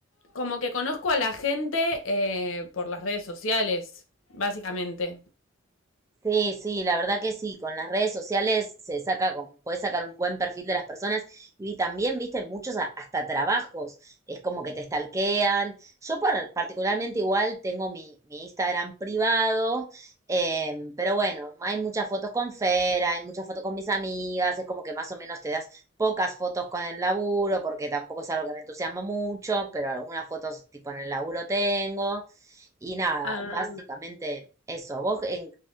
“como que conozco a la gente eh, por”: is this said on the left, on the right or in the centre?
Left